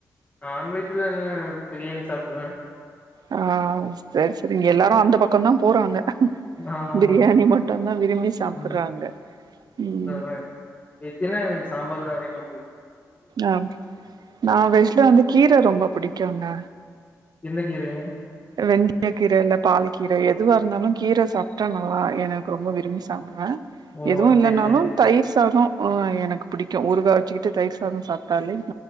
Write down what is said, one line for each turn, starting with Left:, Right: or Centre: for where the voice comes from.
Left: நான்வெஜ்ல என்ன பிரியாணி சாப்பிடுவே
Right: ஆ செர் செரி நீங்க எல்லாரு அந்த பக்கந்தா போறாங்க
Left: ஆமாமா
Right: பிரியாணி மட்டுந்தா விரும்பி சாப்புட்றாங்க
Left: ம்
Right: ம்
Left: அதா வெஜ்ஜின்னா எனக்கு சாம்பார் தா அதிக
Right: ஆ நா வெஜ்ல வந்து கீர ரொம்ப புடிக்கு கியூங்க
Left: என்ன கீரங்க
Right: வெந்திய கீர இல்ல பால் கீர எதுவா இருந்தாலு கீர சாப்பிட்டா நல்லா எனக்கு ரொம்ப விரும்பி சாப்பிடுவே
Left: ஓ
Right: எதுவு இல்லனாலு
Left: சேரி சேரிங்க
Right: தயிர் சாதோ ஓ எனக்கு புடிக்கு ஊறுகா வச்சுக்கிட்டு தயிர் சாத சாப்பிட்டாலே